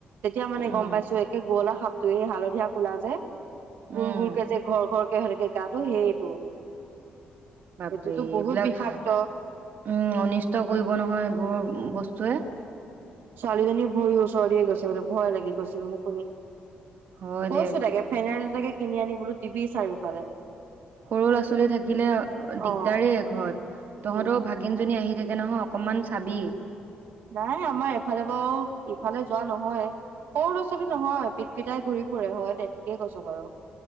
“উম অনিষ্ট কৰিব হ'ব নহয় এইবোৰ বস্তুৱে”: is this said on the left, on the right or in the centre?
Right